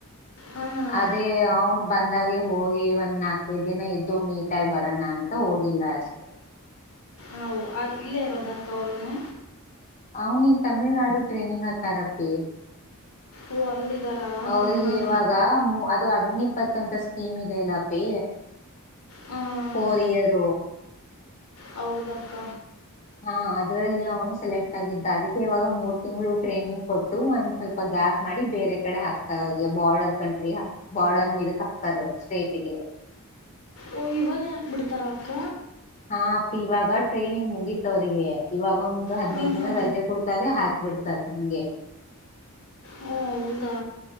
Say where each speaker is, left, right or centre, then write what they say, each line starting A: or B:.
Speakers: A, on the left; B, on the left.
A: ಹಾಂ
B: ಅದೇ ಅವನು ಬಂದಾಗೆ ಹೋಗಿ ಒಂದ್ ನಾಲ್ಕೈದು ದಿನ ಇದ್ದು ಮೀಟ್ ಆಗಿ ಬರೋಣ ಅಂತ ಹೋಗಿಲ್ಲ ಅಷ್ಟೇ <inaudible>
A: ಹೌ ಅಲ್ಲಿ ಇಲ್ಲೇ ಇರೋದ ಅಕ್ಕ ಅವರುನು
B: ಅವನಿಗೆ ತಮಿಳ್ನಾಡು ಟ್ರೈನಿಂಗ್ ಅಂತಾರೆ ಅಪ್ಪಿ
A: ಓ ಅಲ್ಲಿದ್ದಾರಾ
B: ಅವ್ರಿಗೆ
A: ಹಾಂ ಹಾಂ
B: ಇವಾಗ ಅದು ಅಗ್ನಿಪತ್ ಅಂತ ಮದೆ ಎಲ್ಲ ಪಿ
A: ಹಾಂ
B: ಹೋರಿಯಾರ
A: ಹೌದಕ್ಕ
B: ಹಾ ಅದ್ರಲ್ಲಿ ಅವನು ಸೆಲೆಕ್ಟ್ ಆಗಿದ್ದ ಅದಕ್ಕೆ ಇವಾಗ ಮೂರ್ ತಿಂಗಳು ಟ್ರೈನಿಂಗ್ ಕೊಟ್ಟು ಒಂದ್ ಸ್ವಲ್ಪ ಗೇಪ್ ಮಾಡಿ ಬೇರೆ ಕಡೆ ಹಾಕ್ತಾರ ಬಾರ್ಡರ್ ಕಂಟ್ರಿಾಕ್ ಬಾರ್ಡರ್ ಇದಕ್ ಹಾಕ್ತಾರೆ ಸ್ಟೇಟ್ಗೆ ಹಾ
A: ಓ ಇವಾಗ ಹಾಕ್ ಬಿಡ್ತಾರ ಅಕ್ಕ
B: ಹಾ ಅಪ್ಪಿ ಇವಾಗ ಟ್ರೈನಿಂಗ್ ಮುಗಿತ್ತ ಅವ್ರಿಗೆ ಇವಾಗೊಂದು ಒಂದು ಹದ್ನೈದು
A: ಹ್ಞೂ ಹ್ಞೂ
B: ದಿನ ರಜೆ ಕೊಡ್ತಾರೆ ಹಾಕ್ಬಿಡ್ತಾರೆ ಹಂಗೆ
A: ಹಓ ಹೌದಾ